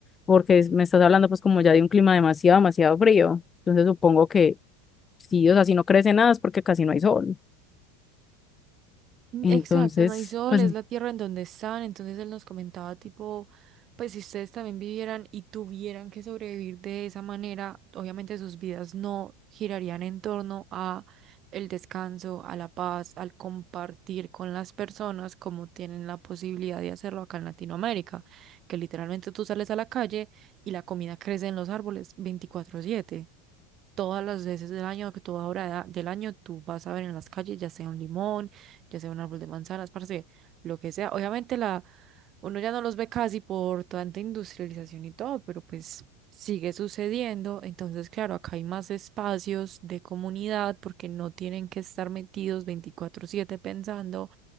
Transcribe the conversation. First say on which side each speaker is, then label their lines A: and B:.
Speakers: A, on the left; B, on the right.
A: porque es- me estás hablando pues como ya de un clima demasiado, demasiado frío. Entonces supongo que sí, o sea, si no crece nada es porque casi no hay sol.
B: Mm,
A: Entonces,
B: Exacto, no hay sol,
A: pues
B: es la tierra en donde están. Entonces él nos comentaba tipo, pues si ustedes también vivieran y tuvieran que sobrevivir de esa manera, obviamente sus vidas no girarían en torno a el descanso, a la paz, al compartir con las personas como tienen la posibilidad de hacerlo acá en Latinoamérica, que literalmente tú sales a la calle y la comida crece en los árboles 24/7 todas las veces del año, que toda hora de a- del año, tú vas a ver en las calles, ya sea un limón, ya sea un árbol de manzanas, parce, lo que sea. Obviamente la, uno ya no los ve casi por tanta industrialización y todo, pero pues sigue sucediendo. Entonces, claro, acá hay más espacios de comunidad porque no tienen que estar metidos veinticuatro siete pensando